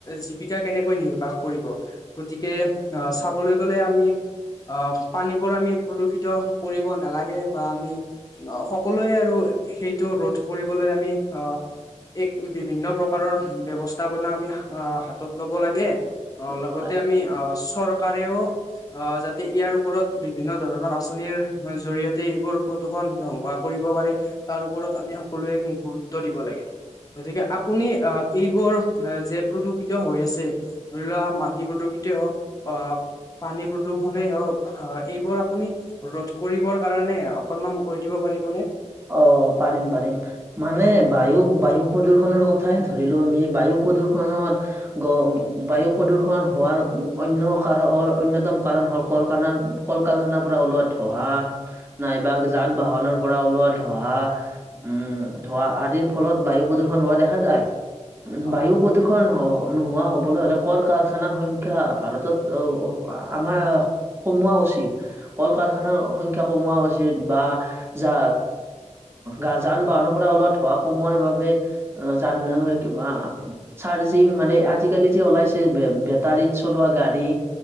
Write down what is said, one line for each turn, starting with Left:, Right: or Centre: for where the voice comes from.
Left: জীৱিকা কেনেকৈ নিৰ্বাহ কৰিব। গতিকে আ চাবলৈ গ'লে আমি অ পানী। বোৰ আমি প্ৰদূষিত। কৰিব নালাগে বা আমি। সকলোৱে আৰু সেইটো ৰোধ কৰিবলৈ আমি অঁহ। এক বিভিন্ন প্ৰকাৰৰ ব্যৱস্থাপনা আমি আ হাতত ল'ব লাগে। অ
Right: ক'ব
Left: লগতে
Right: লাগে
Left: আমি চৰকাৰেও আহ যাতে ইয়াৰ ওপৰত। বিভিন্ন ধৰণৰ আঁচনিৰ জৰি়য়তে এইবোৰ প্ৰদূষণ নোহোৱা কৰিব পাৰে। তাৰ ওপৰত আমি সকলোৱে গুৰুত্ব দিব লাগে গতিকে আপুনি
Right: অ
Left: আ। এইবোৰ যে প্ৰদূষিত হৈ আছে ধৰি লোৱা মাটি প্ৰদূষিত হওক। অ পানী প্ৰদূষণেই হওক হয়। এইবোৰ আপুনি ৰোধ কৰিবৰ কাৰণে অকনমান কৈ দিব পাৰিবনে।
Right: অ, পাৰিম পাৰিম। মানে বায়ু বায়ু প্ৰদূষনৰ কথাহে ধৰিলো আমি বায়ু প্ৰদূষনত। গ বায়ু প্ৰদূ্ষন হোৱাৰ অন্য কাৰ অন্যতম কাৰণ হ'ল কলখানা। কল-কাৰখানাৰ পৰা ওলোৱা ধোৱা নাইবা যান-বাহনৰ পৰা ওলোৱা। ধোঁৱা উম, ধোঁৱা আদিৰ ফলত বায়ু প্ৰদূ্ষণ হোৱা দেখা যায়।
Left: হয়
Right: বায়ু প্ৰদূ। খন নোহোৱা হবলৈ হলে কৰ কাৰখানাৰ সংখ্যা ভাৰতত আমাৰ। কমোৱা উচিত কল কাৰখানাৰ সংখ্য্া কমোৱা উচিত বা যা। গা যান বাহনৰ পৰা ওলোৱা ধোঁৱা কমোৱাৰ বাবে যান কিবা। চাৰ্জিং মানে আজিকালি যে ওলাইছে বে বেটাৰীত চলোৱা গাড়ী।